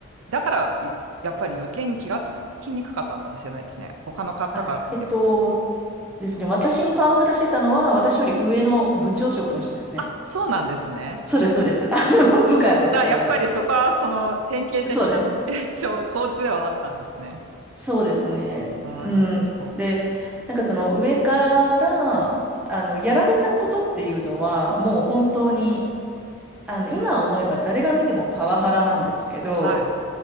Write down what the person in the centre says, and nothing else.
あ、えっとですね。私にパワハラしてたのは、私より上の部長職の人ですね。
そうです、そうです。あの、部下とかじゃないで
す。そうです。
そうですね。
うん。
で、なんかその上から、あの、やられたことっていうのは、もう本当に、あの、今思えば誰が見てもパワハラなんですけど、